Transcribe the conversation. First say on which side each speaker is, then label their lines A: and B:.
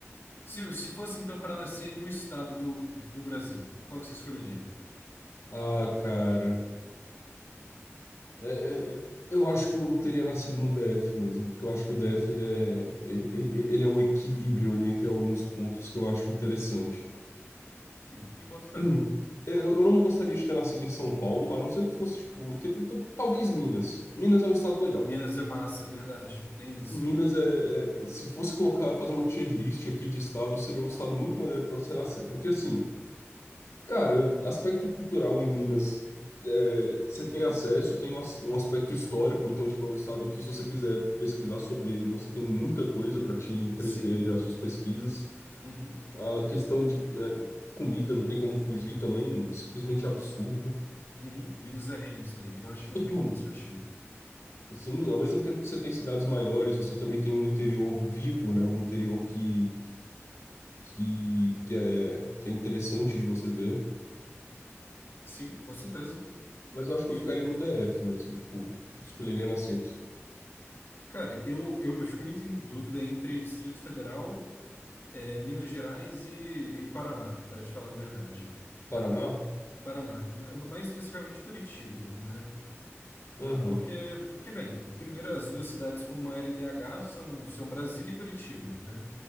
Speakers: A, on the left; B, on the left.
A: se, se fosse então para nascer em um estado do, do Brasil, qual que você escolheria?
B: Ah, cara. É, é, é, eu acho que eu teria nascido no DF mesmo, porque eu acho que o DF ele é, e- e- ele é o equilíbrio ali entre alguns pontos que eu acho interessante. <clears throat>
A: Hum, eu boto fé.
B: Hum. Eu eu não gostaria de ter nascido em São Paulo, a não ser que fosse, tipo, um interior- t- talvez Minas. Minas é um estado legal.
A: Minas é massa, é verdade. Tem isso.
B: Minas é, é- se fosse colocar, fazer uma tier list aqui de estado, seria um estado muito maneiro pra você nascer. Porque, assim, Cara, aspecto cultural em Minas, é, você tem acesso, tem um, as- um aspecto histórico, então, tipo, é um estado que, se você quiser pesquisar sobre ele, você tem muita coisa para te entreter
A: Sim.
B: ali nas suas pesquisas.
A: Uhum.
B: A questão de, é, comida, não tem como fugir também, simplesmente absurdo.
A: Uhum. Minos é reino isso daí. Eu acho que não
B: <clears throat>
A: tem
B: Bom,
A: como discutir.
B: Sim, ao mesmo tempo que você tem cidades maiores, você também tem um interior vivo, né? Um interior que, que, que é, que é interessante de você ver.
A: Sim, com certeza.
B: Mas eu acho que
A: E,
B: eu ficaria no DF mesmo, tipo, escolheria nascer aqui.
A: cara, eu, eu, eu fico muito em dúvida entre Distrito Federal, eh, Minas Gerais e, e Paraná, para te falar a verdade.
B: Paraná?
A: Paraná, ma- mais especificamente Curitiba, né? Ma-
B: Aham,
A: Porque, porque, bem, primeiro as duas cidades com maior IDH são, são Brasília e Curitiba, né?